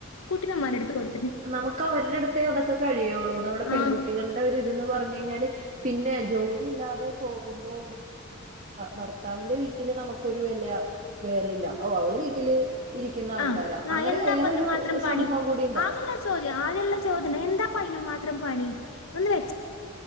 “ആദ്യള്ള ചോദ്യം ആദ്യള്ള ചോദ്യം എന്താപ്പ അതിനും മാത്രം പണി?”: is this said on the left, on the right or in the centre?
Left